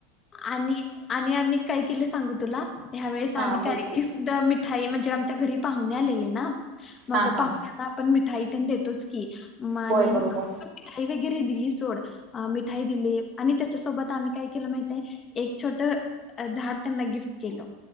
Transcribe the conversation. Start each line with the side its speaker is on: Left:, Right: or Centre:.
Left: आनी, आनी आम्ही काय केलं सांगू तुला, ह्या वेळेस
Right: हा
Left: आम्ही
Right: बोलते
Left: काय गिफ्ट द मिठाई म्हणजे आमच्या घरी पाहुणे आलेले ना, मग
Right: हा हा
Left: पाहुण्यां आपण मिठाई तेन देतोच की, म आनि-न
Right: होय बरोबर
Left: मिठाई वगरे दिली सोड अं, मिठाई दिली आणि त्याच्यासोबत आम्ही काय केलं माहिताय, एक छोटं झाड त्यांना गिफ्ट केलं.